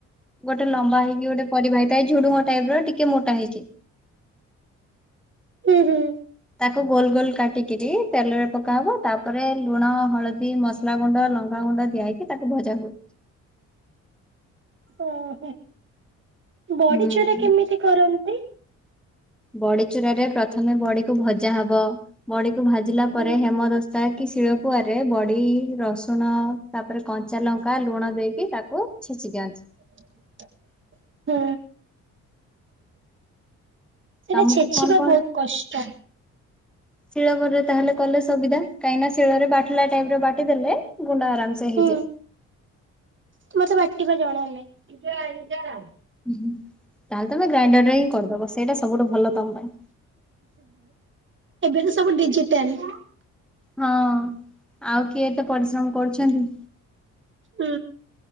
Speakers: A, in the centre; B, on the right.
A: ଗୋଟେ ଲମ୍ବା ହେଇକି ଗୋଟେ ପରିବା ହେଇଥାଏ ଝୁଡୁଙ୍ଗ ଟାଇପ ର ଟିକେ ମୋଟା ହେଇକି।
B: ଉଁ ହୁଁ।
A: ତାକୁ ଗୋଲ ଗୋଲ କାଟିକିରି ତେଲରେ ପକାହବ ତାପରେ ଲୁଣ ହଳ ଦୀ ମସଲା ଗୁଣ୍ଡ ଲଙ୍ଗା ଗୁଣ୍ଡ ଦିଆ ହେଇକି ତାକୁ ଭଜା ହୁଏ।
B: ଓହୋ ବଡିଚୁରା
A: ହୁଁ
B: କେମିତି କରନ୍ତି?
A: ବଡି ଚୁରାରେ ପ୍ରଥମେ ବଡିକୁ ଭଜା ହବ ବଡିକୁ ଭାଜିଲା ପରେ
B: ହୁଁ
A: ହେମଦ ତାହାକି ଶିଳପୁଆରେ ବଡି ରସୁଣ ତାପରେ କଞ୍ଚା ଲଙ୍କା ଲୁଣ ଦେଇକି ତାକୁ। ଛେଚି ଦିଅନ୍ତି।
B: ହୁଁ। ସେଇଟା
A: ତମକୁ
B: ଛେଚିବା
A: କଣ
B: ବହୁତ କଷ୍ଟ।
A: ଶିଳପୁଆରେ ତାହେଲେ କଲେ ସୁବିଧା, କାହିଁକି ନା ଶିଳରେ ବାଟିଲା ଟାଇପ୍ ର ବାଟି ଦେଲେ, ଗୁଣ୍ଡ ଆରାମସେ
B: ହୁଁ
A: ହେଇଯାଏ।
B: ମତେ ବାଟିବା ଜଣା ନାହିଁ।
A: ତାହେଲେ ତମେ ଗ୍ରାଇଣ୍ଡର ରେ ହିଁ କରିଦବ, ସେଇଟା ସବୁଠୁ ଭଲ ତମ ପାଇଁ।
B: ଏବେ ତ ସବୁ ଡିଜିଟାଲ।
A: ହଁ, ଆଉ କିଏ ଏତେ ପରିଶ୍ରମ କରୁଛନ୍ତି।
B: ହୁଁ।